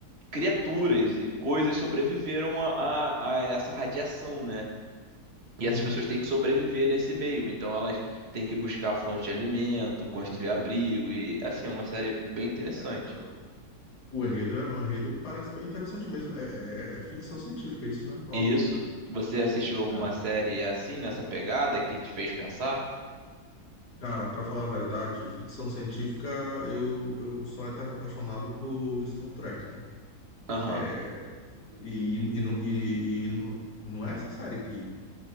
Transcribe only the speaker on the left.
uhum.
É, O enredo, é, o enredo parece bem interessante mesmo. É, é- é é ficção científica é isso, né? Óbvio.
É.
Cara, pra falar a verdade, ficção científica, eu, eu sou um eterno apaixonado por Star Trek, né?
É, E, e, não- e, e não não é essa série que